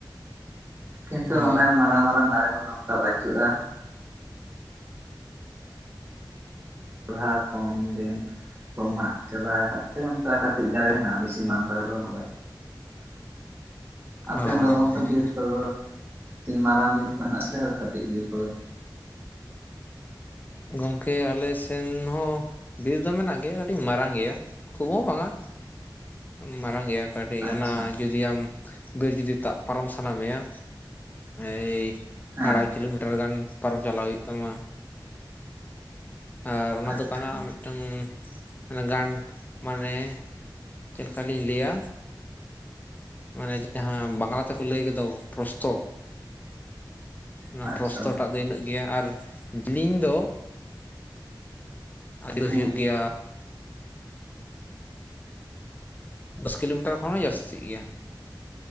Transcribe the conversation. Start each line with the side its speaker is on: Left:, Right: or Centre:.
Right: ᱠᱤᱱᱛᱩ
Left: ᱚ
Right: ᱚᱱᱮ ᱢᱟᱨᱟᱝ ᱢᱟᱨᱟᱝ ᱫᱟᱨᱮ ᱠᱚᱫᱚ ᱚᱱᱠᱟ ᱵᱟᱹᱪᱩᱜ-ᱟ᱾ <unintelligible> ᱠᱚ ᱢᱟᱜ ᱪᱟᱵᱟᱣ ᱠᱟᱫ ᱛᱮ ᱚᱱᱠᱟ ᱠᱟᱴᱤᱡ ᱫᱟᱨᱮ ᱦᱮᱱᱟᱜ-ᱟ ᱵᱤᱥᱤ ᱵᱟᱝ ᱫᱟᱨᱮ ᱫᱚ ᱚᱱᱠᱟ ᱟᱯᱮᱥᱮᱱ
Left: ᱚ
Right: ᱫᱚ ᱜᱚᱝᱠᱮ
Left: ᱦᱮᱸ
Right: ᱵᱤᱨ ᱠᱚᱫᱚ ᱛᱤᱱ ᱢᱟᱨᱟᱝ ᱵᱤᱨ ᱠᱚ ᱦᱮᱱᱟᱜ ᱟᱥᱮ ᱠᱟᱹᱴᱤᱜ ᱵᱤᱨ ᱠᱚᱜᱮ?
Left: ᱜᱚᱝᱠᱮ ᱟᱞᱮᱥᱮᱱ ᱦᱚᱸ ᱵᱤᱨ ᱫᱚ ᱢᱮᱱᱟᱜ ᱜᱮ ᱠᱟᱴᱤ ᱢᱟᱨᱟᱝ ᱜᱮᱭᱟ ᱠᱷᱩᱵ ᱦᱚᱸ ᱵᱟᱝᱟ᱾ ᱢᱟᱨᱟᱝ ᱜᱮᱭᱟ ᱠᱟᱴᱤᱜ
Right: ᱟᱪᱪᱷᱟ
Left: ᱚᱱᱟ ᱡᱩᱫᱤ ᱟᱢ ᱵᱤᱨ ᱡᱩᱫᱤ ᱛᱟᱜ ᱯᱟᱨᱚᱢ ᱥᱟᱱᱟ ᱢᱮᱭᱟ ᱮᱭ
Right: ᱦᱮᱸ
Left: ᱟᱲᱟᱭ ᱠᱤᱞᱳᱢᱤᱴᱟᱨ ᱜᱟᱱ ᱯᱟᱨᱚᱢ ᱪᱟᱞᱟᱣ ᱦᱩᱭᱩᱜ ᱛᱟᱢᱟ᱾ ᱟᱨ ᱚᱱᱟ
Right: ᱟᱪᱪᱷᱟ
Left: ᱫᱚ ᱠᱟᱱᱟ ᱢᱤᱜᱴᱟᱹᱝ ᱚᱱᱮ ᱜᱟᱱ ᱢᱟᱱᱮ ᱪᱮᱞ ᱠᱟ ᱞᱤᱧ ᱞᱟᱹᱭᱟ? ᱢᱟᱱᱮ ᱡᱟᱦᱟᱸ ᱵᱟᱝᱞᱟ ᱛᱮᱠᱚ ᱞᱟᱹᱭ ᱜᱮ ᱫᱚ ᱯᱨᱚᱥᱛᱚ ᱚᱱᱟ
Right: ᱟᱪᱪᱷᱟ
Left: ᱯᱨᱚᱥᱛ ᱴᱟᱜ ᱫᱚ ᱤᱱᱟᱹᱜ ᱜᱮᱭᱟ, ᱟᱨ ᱡᱤᱞᱤᱝ ᱫᱚ ᱟᱹᱫᱩᱭ
Right: ᱦᱮᱸ
Left: ᱦᱩᱭᱩᱜ ᱜᱮᱭᱟ ᱫᱚᱥ ᱠᱤᱞᱳᱢᱤᱴᱟᱨ ᱠᱷᱚᱱ ᱦᱚᱸ ᱡᱟᱹᱥᱛᱤᱜ ᱜᱮᱭᱟ᱾